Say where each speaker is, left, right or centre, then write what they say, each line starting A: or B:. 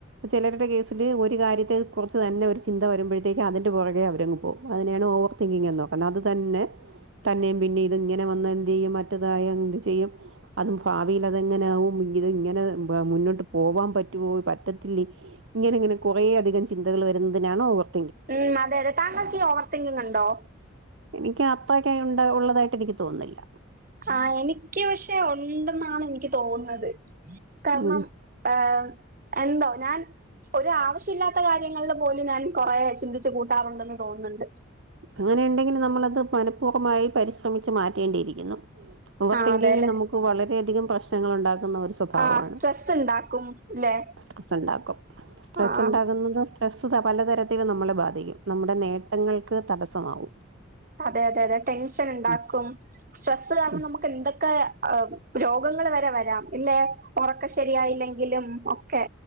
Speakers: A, on the right (about 60°); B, on the right (about 40°).
A: ചെലരുടെ കേസില് ഒരു കാര്യത്തെ കുറച്ച് തന്നെ ഒരു ചിന്ത വരുമ്പോഴ് ത്തേക്ക് അതിന്റെ പൊറകെ അവരങ്ങ് പോകും അതിനെയാണ് ഓവർ തിങ്കിങ്ങെന്ന് പറന്നത്. അത് തന്നെ തന്നെയും പിന്നെ ഇത്ങ്ങനെ വന്ന എന്ത്ചെയ്യും മറ്റേതായ എന്ത് ചെയ്യും അതും ഭാവിലതെങ്ങനെയകും ഇത് ഇങ്ങനെ മുന്നോട്ട് പോവാം പറ്റുവോ പറ്റത്തില്ലേ ഇങ്ങനെങ്ങനെ കുറേ അധികം ചിന്തകൾ വരുന്നതിനാണ് ഓവർതി
B: ഉം അതെ അതെ താങ്കൾക്കീ ഓവർ തിങ്കിങ് ഉണ്ടോ?
A: എനിക്ക് അത്രയൊക്കെ ഉണ്ട ഉള്ളതായിട്ട് എനിക്ക് തോന്നുന്നില്ല
B: ആഹ് എനിക്ക് പക്ഷെ ഉണ്ടെന്നാണ് എനിക്ക് തോന്നുന്നത് കാരണം
A: ഉം
B: ഏഹ് എന്തോ ഞാൻ ഒരാവശ്യമില്ലാത്ത കാര്യങ്ങള്പോലും ഞാൻ കൊറെ ചിന്തിച്ചു കൂട്ടാറുണ്ടെന്ന് തോന്നുന്നുണ്ട്.
A: അങ്ങനെയുണ്ടെങ്കില് നമ്മളത് മനഃപൂർവമായി പരിശ്രമിച്ചു മാറ്റേണ്ടിയിരിക്കുന്നു ഓവർ
B: ആഹ്
A: തിങ്കിംങ്
B: അതെല്ലെ
A: നമുക്ക് വളരെയധികം പ്രശ്നങ്ങൾ ഉണ്ടാക്കുന്ന ഒരു സ്വഭാവ്വാണ്
B: ആഹ് സ്ട്രെസ്സ് ഉണ്ടാക്കും ല്ലെ
A: സ്ട്രെസ്സ്ണ്ടാക്കും. സ്ട്രെസ്സ്
B: ആഹ്
A: ണ്ടാക്ക്ന്നത് സ്ട്രെസ്സ്താ പലതരത്തിൽ നമ്മളെ ബാധിക്കും. നമ്മുടെ നേട്ടങ്ങൾക്ക് തടസ്സമാവും
B: അതെ അതെ അതെ ടെൻഷന്ണ്ടാക്കും
A: ഉം
B: സ്ട്രെസ്സ് കാരണം
A: ഉം
B: നമുക്ക് എന്തെക്കെ രോഗങ്ങൾ വരെ വരാം ഇല്ലെ? ഒറക്കം ശെരിയായില്ലെങ്കിലും ഒക്കെ